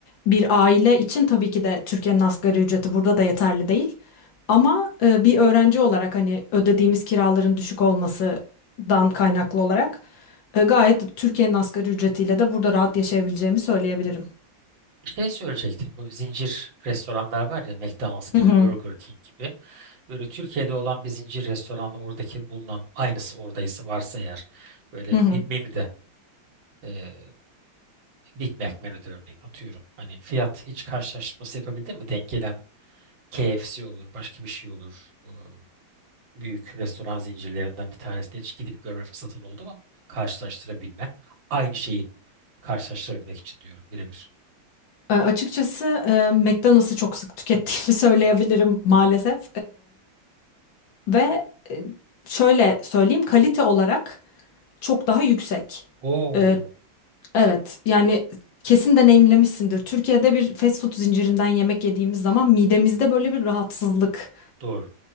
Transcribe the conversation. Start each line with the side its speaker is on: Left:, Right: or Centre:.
Left: bir aile için tabii ki de Türkiye'nin asgari ücreti burada da yeterli değil. Ama e, bir öğrenci olarak hani ödediğimiz kiraların düşük olmasından kaynaklı olarak e, gayet Türkiye'nin asgari ücretiyle de burada rahat yaşayabileceğimi söyleyebilirim.
Right: Şey söyleyecektim bu zincir restoranlar var ya McDonald's gibi
Left: Hı hı.
Right: Burger King gibi böyle Türkiye'de olan bir zincir restoranla oradaki bulunan aynısı oradaysa varsa eğer böyle
Left: Hı hı.
Right: bir menüde e, Big Mac menüde örneğin atıyorum hani fiyat hiç karşılaştırması yapabildin mi denk gelen KFC olur başka bir şey olur e, büyük restoran zincirlerinden bir tanesine hiç gidip görme fırsatın oldu mu karşılaştırabilme aynı şeyi karşılaştırabilmek için diyorum birebir.
Left: E, açıkçası e, McDonald's'ı çok sık tükettiğimi <laughs> söyleyebilirim maalesef. Ve e, şöyle söyleyeyim kalite olarak çok daha yüksek.
Right: Oo
Left: E, evet yani kesin deneyimlemişsindir. Türkiye'de bir fast food zincirinden yemek yediğimiz zaman midemizde böyle bir rahatsızlık,
Right: doğru